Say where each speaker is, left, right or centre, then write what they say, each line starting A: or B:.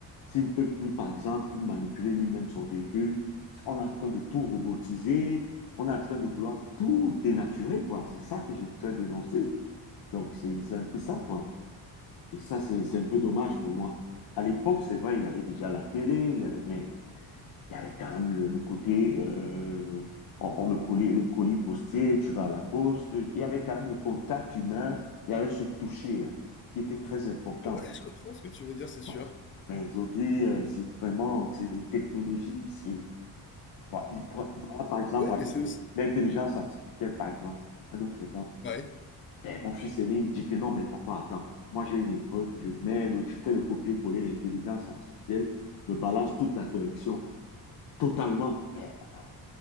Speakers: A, on the left; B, on the left.
A: S'il ne peut plus, par exemple, manipuler lui-même son véhicule, on est en train de tout robotiser, on est en train de vouloir tout dénaturer, quoi. C'est ça que je voudrais dénoncer. Donc, c'est c'est un peu ça, quoi. Et ça, c'est c'est un peu dommage pour moi. À l'époque, c'est vrai, il y avait déjà la télé, il y avait, mais il y avait quand même le, le côté, euh, on, on le collait, le colis postier, tu vas à la poste. Il y avait quand même le contact humain, il y avait ce toucher-là, qui était très important.
B: Ouais, je comprends ce que tu veux dire, c'est sûr.
A: Bon. Mais aujourd'hui, euh, c'est vraiment, c'est les technologies, c'est, voilà, voilà, par exemple,
B: Ouais,
A: avec
B: mais c'est aussi...
A: les- l'intelligence artificielle, par exemple, un autre exemple.
B: Ouais,
A: Et mon fils aîné, il me dit que non, mais papa, attends, moi j'ai une épreuve, je mets le, je fais le copier-coller, l'intelligence artificielle me balance toute la correction, totalement. Mais attends,